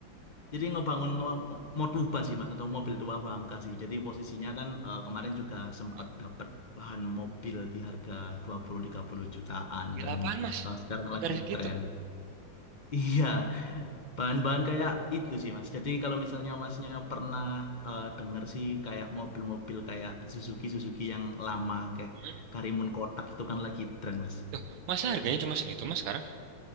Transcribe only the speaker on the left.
Jadi ngebangun nge Motuba sih Mas. Atau mobil tua bangka sih. Jadi posisinya kan eh, kemarin juga sempat
dapat bahan mobil di harga dua puluh, tiga puluh jutaan.
Dan
eh, sekarang
lagi
tren. Iya. Bahan-bahan kayak itu sih Mas. Jadi kalau misalnya Masnya pernah eh, denger sih kayak mobil-mobil kayak Suzuki Suzuki yang lama kayak
Karimun Kotak itu kan lagi tren Mas.